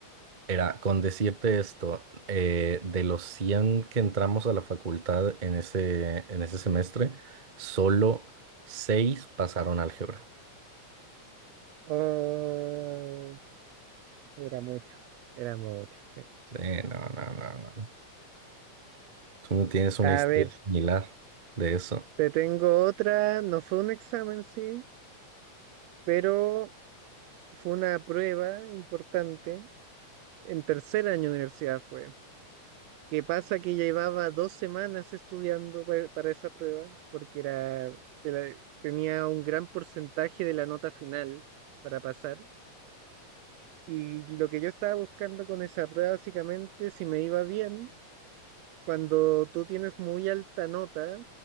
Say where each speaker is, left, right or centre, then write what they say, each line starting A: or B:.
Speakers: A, on the right; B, on the right.
A: era con decirte esto, eh, de los 100 que entramos a la facultad en ese, en ese semestre, solo 6 pasaron álgebra.
B: Oh. Era mucho, era mucho, sí.
A: Sí, no, no, no, no. Tú no tienes
B: A
A: una historia
B: ver,
A: similar de eso.
B: te tengo otra, no fue un examen, sí, pero fue una prueba importante. En tercer año de universidad fue. ¿Qué pasa? Que llevaba dos semanas estudiando pa- para esa prueba, porque era, de la- tenía un gran porcentaje de la nota final para pasar. Y lo que yo estaba buscando con esa prueba, básicamente, si me iba bien. Cuando tú tienes muy alta nota,